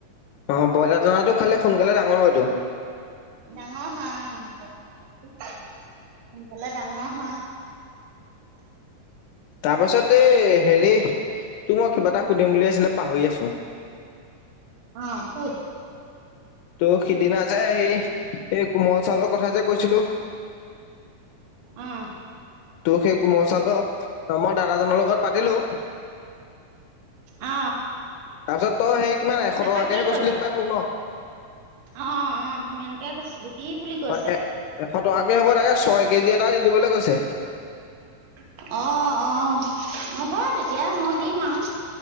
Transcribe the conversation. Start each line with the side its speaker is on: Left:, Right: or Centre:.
Left: অ ব্ৰইলাৰ দনাটো খালে সোনকালে ডাঙৰ হয়তটো
Right: ডাঙৰ হোৱা সোনকালে ডাঙৰ হোৱা
Left: তাৰপিছতে এই হেৰি তো মই কিবা এটা সুধিম বুলি আছিলে পাহৰি আছো
Right: অ শোধ
Left: ত' সিদিনা যে সেই এই কোমল চাউলৰ কথা যে কৈছিলো
Right: অ
Left: তো সেই কোমচলো মই দাদাজনৰ লগত পাতিলো
Right: অ
Left: য তই সেই কিমান এশ
Right: তাপা
Left: টকাকেহে
Right: কি
Left: কৈছিলি
Right: কলে
Left: হপাই মোক ন
Right: অ অ সিমান তোকে কৈছিলো কি বুলি কৈছে
Left: অ এ এশ টকাকে হ'ব তাকে ছয় কেজি এটা দি দিবলৈ কৈছে
Right: অ অ অ তেতিয়া মই দিম আৰু